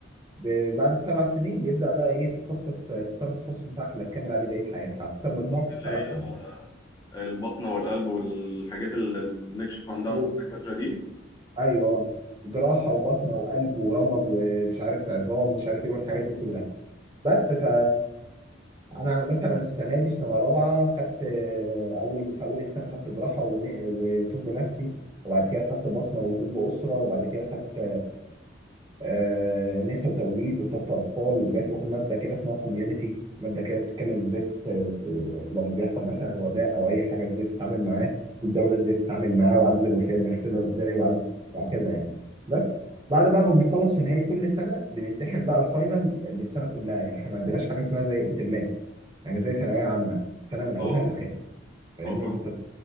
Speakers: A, on the right (about 25°); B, on the left (about 20°).
A: ب- بعد السبع سنين بيبدأ بقى ايه تتخصص تختار التخصص بتاعك اللي هتكمل عليه بقية حياتك على حسب مجموعك
B: دي
A: في السبع
B: اللي هي
A: سنين
B: آه، البطنة والقلب والحاجات اللي بنكشف عندها
A: و-
B: على الدكاترة دي
A: ايوه جراحة وبطنة وقلب ورمد ومش عارف عظام مش عارف ايه والحاجات دي كلها بس ف انا مثلا السنة دي في سنة رابعة خدت آه، اول في اول السنة خدت جراحة ون- وطب نفسي وبعد كده خدت بطنة وطب أسرة وبعد كده خدت آه، نساء وتوليد وخدت اطفال ودلوقتي باخد ماده كده اسمها كوميونتي ماده كده بتتكلم ازاي ت- ت- لما بيحصل مثلا وباء او اي حاجه ازاي تتعامل معاه والدوله ازاي تتعامل معاه وعدد الوفيات بنحسبها ازاي وعدد وهكذا يعني بس بعد بقى ما بنخلص في نهايه كل سنه بنمتحن بقى الفاينل للسنه كلها يعني احنا ما عندناش حاجه اسمها زي الترمات يعني زي ثانويه عامه سنه من اولها
B: أه
A: لاخرها فاهمني
B: أه فاهم.
A: اللي انت